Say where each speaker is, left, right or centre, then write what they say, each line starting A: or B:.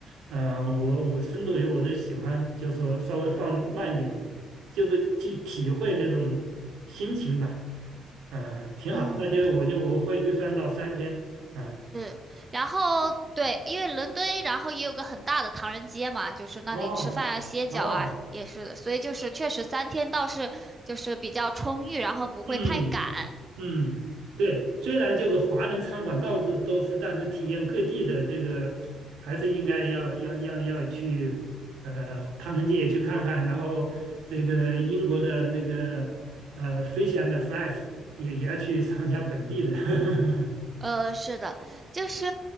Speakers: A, on the right; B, on the right.
A: 啊，我我深度游我都喜欢，就说稍微放慢点，就是去体会那种心情吧。啊，挺好，
B: 嗯。
A: 那就我就我会预算到三天。啊。
B: 是，然后对，因为伦敦，然后也有个很大的唐人街嘛，就是那里吃饭啊、
A: 哦哦，
B: 歇脚啊，也是的，所以就是确实三天倒是就是比较充裕，然后不会太赶。
A: 嗯嗯，
B: 嗯，
A: 对，虽然就是华人餐馆到处都是，但是体验各地的这个还是应该要要要要去呃唐人街也去看看，然后这个英国的那个呃 fish and fries 也也要去尝一下本地的 <laughs>
B: 呃，是的，就是